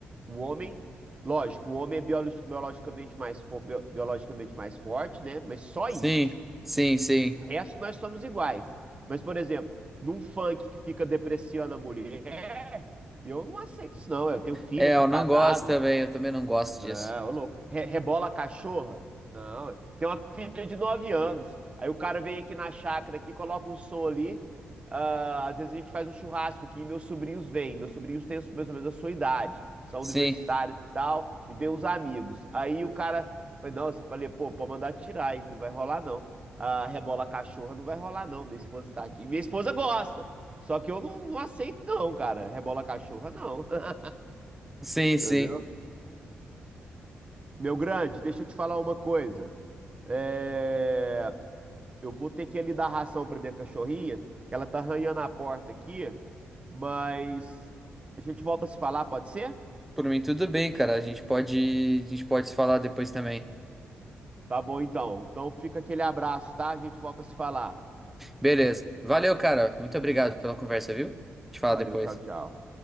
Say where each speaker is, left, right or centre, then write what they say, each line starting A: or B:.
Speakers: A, on the right (about 30°); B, in the centre.
A: O homem, lógico, o homem é biolo- biologicamente mais, fo- bio- biologicamente mais forte, né? Mas só
B: Sim,
A: isso.
B: sim, sim.
A: O resto nós somos iguais. Mas, por exemplo, num funk que fica depreciando a mulher, eu não aceito isso, não. Eu tenho filho,
B: É,
A: eu sou
B: eu
A: casado,
B: não gosto também, eu também não gosto disso.
A: é, ô louco. Re- rebola a cachorra? Não, tem uma filha de 9 anos. Aí o cara vem aqui na chácara aqui, coloca um som ali. Ah, às vezes a gente faz um churrasco aqui, e meus sobrinhos vêm. Meus sobrinhos têm mais ou menos a sua idade, são
B: Sim,
A: universitários e tal, e vêm uns amigos. Aí o cara foi, nossa, eu falei, pô, pode mandar tirar, aí não vai rolar não. Ah, rebola a cachorra não vai rolar não. Minha esposa tá aqui. Minha esposa gosta. Só que eu não, não aceito não, cara. Rebola a cachorra não. <laughs>
B: sim, sim.
A: Entendeu? Meu grande, deixa eu te falar uma coisa. É, Eu vou ter que ali dar ração pra minha cachorrinha, que ela tá arranhando a porta aqui, mas a gente volta a se falar, pode ser?
B: Por mim, tudo bem, cara. A gente pode, a gente pode se falar depois também.
A: Tá bom então. Então fica aquele abraço, tá? A gente volta a se falar.
B: Beleza. Valeu, cara. Muito obrigado pela conversa, viu? Te falo
A: Valeu,
B: depois.
A: tchau, tchau.